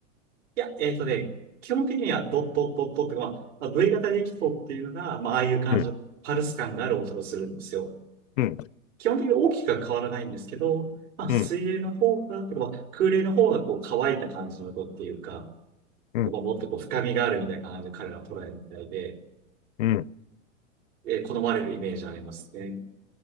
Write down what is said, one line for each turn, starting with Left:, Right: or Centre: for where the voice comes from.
Right: いや、えっとね、基本的にはドットドットって、まあ、まあ V 型でキフォっていうのが、まあ、ああいう感じのパルス感がある音をするんですよ。
Left: うん、うん、
Right: 基本的に大きくは変わらないんですけど、まあ、水泳の方が、
Left: うん、
Right: とかまあ空冷の方がこう乾いた感じの音っていうか、
Left: うん。
Right: まあ、もっとこう深みがあるみたいな感じで彼らは捉えるみたいで、
Left: うん
Right: えー好まれるイメージありますね。